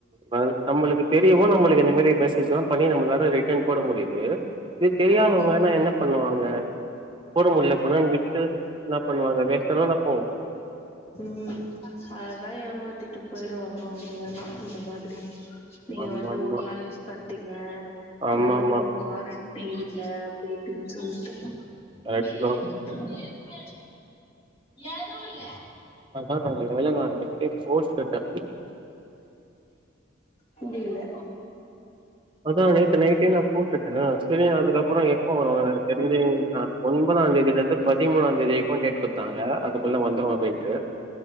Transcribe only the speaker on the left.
ஆமா
உம் அததா ஏமாத்திட்டு போய்டுவாங்கோ அவங்கலல்லா இந்த மாத்ரி நீங்க
வந்து
ஒரு நாள் யூஸ் பண்டீங்க
இந்த மாரி
இதுக் வாரண் பேய்யில்ல பேய் டுன்ஸ வுட்டு
ஏ <unintelligible>
எதுமே இல்ல எது இல்ல
புரியல